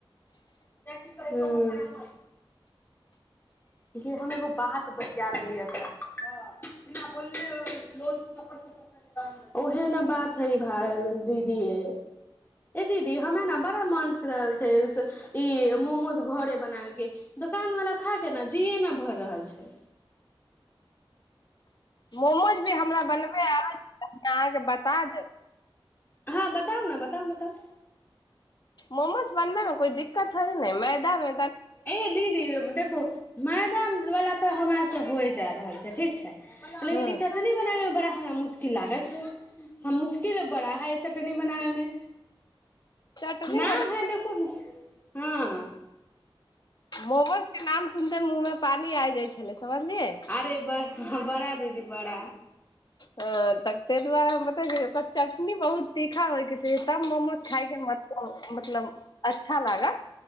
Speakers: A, on the left; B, on the left.
A: हूं गै हम एगो बात बतेय रहलियै तै, ह बिना बोलले लोल चप्पर चपर ओहे ने बात हइ भा दीदीऐ। ए दीदी हमे ने बड़ा मोन रहल छै, ई मोमोज घरे बनावे के दोकान वाल खा के जीए ने भरि रहल छै।
B: मोमोज भी हमरा बनबे आबै छै, अहाँके बता देब।
A: हँ बताउ ने बताउ -बताउ
B: मोमोज बनबै कोइ दिक्कत थोड़े नै होइ मैदामे
A: ऐं दीदी देखू मैदा वाला तऽ हमरा से होय जा रहल छै, ठीक छै, लेकिन
B: हँ
A: ई चटनी बनाबै में बड़ा हमरा मुश्किल लागै छै, हम मुशकिल बड़ा है चटनी बनाबै मे,
B: चटनी
A: नाम
B: बना
A: है देखू हँ
B: मोमोज के नाम सुनते मुँहमे पानी आइ जाइ छलै समझलियै।
A: अरे बरा दीदी बरा
B: ह त ताईह दुआरे हम बतबै छी ओकर चटनी बहुत तीखा होय के छै तब मोमोज खाय के मजा मतलब अच्छा लागत